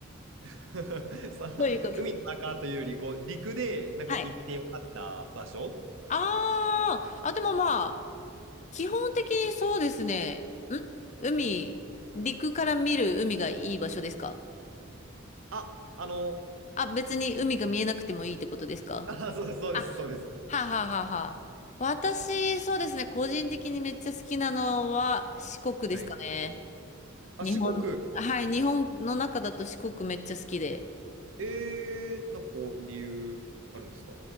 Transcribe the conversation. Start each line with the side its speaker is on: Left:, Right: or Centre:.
Right: <laughs> さ、
Left: ということ。
Right: 海の中というより、こう、陸で、なんか行ってよかった場所
Left: はい。ああ、あ、でもまあ、基本的にそうですね。ん海、陸から見る海がいい場所ですか
Right: あ、あの、
Left: あ、別に海が見えなくてもいいってことですか
Right: あ、そうです、そうです、
Left: あ、
Right: そうです。
Left: はあはあはあはあ。私、そうですね、個人的にめっちゃ好きなのは四国ですかね。
Right: はい。あ、
Left: 日本、
Right: 四国、
Left: はい、日本の中だと四国めっちゃ好きで。
Right: えー、なんかこう、理由あるんですか